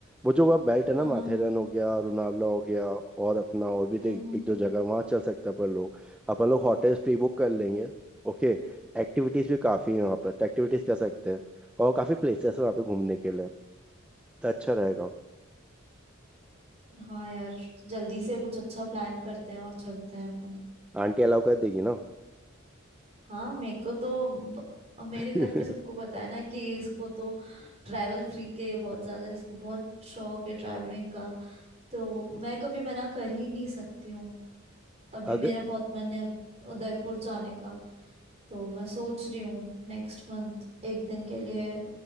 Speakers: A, in the centre; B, on the right.
A: वो जो वह बेल्ट है
B: हाँ
A: ना माथेरन
B: हाँ
A: हो गया लोनावला हो गया और अपना और भी
B: हम्म
A: एक,
B: हम्म
A: एक दो जगह वहाँ चल सकते हैं अपन लोग अपन लोग होटल्स प्री बुक कर लेंगे ओके एक्टिविटीज़ भी काफ़ी है वहाँ पर तो एक्टिविटीज़ कर सकते हैं और काफ़ी प्लेसेस है वहाँ पे घूमने के लिए तो अच्छा रहेगा
B: हाँ यार जल्दी से कुछ अच्छा प्लान करते हैं और चलते हैं अपन
A: आंटी अलाउ कर देगी ना
B: हाँ मेरे को तो ब- मेरे
A: <laughs>
B: घर पे सबको पता है ना कि इसको तो ट्रैवल फ्री के ये बहुत ज्यादा इसको बहुत शौक है ट्रैवलिंग का तो मैं कभी मना कर ही नहीं सकती हूँ अभी
A: अगर
B: मेरा बहुत मन है उदयपुर जाने का तो मैं सोच रही हूँ नेक्स्ट मंथ एक दिन के लिए